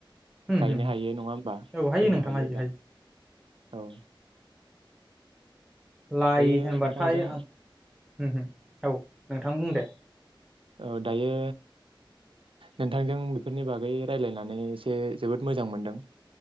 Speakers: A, in the centre; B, on the right.
A: होम
B: गायनो
A: होम
B: हायो नङा होमबा
A: होम औ हायो
B: फोनो
A: नोंथां
B: हायोबा
A: हायो हायो
B: औ।
A: लाइ
B: दायो
A: होनबाथाय
B: नोंथांजों
A: आं हो हो औ नोंथां बुं दे।
B: औ दायो नोंथांजों बिफोरनि बागै रायजलायनानै एसे जोबोद मोजां मोनदों।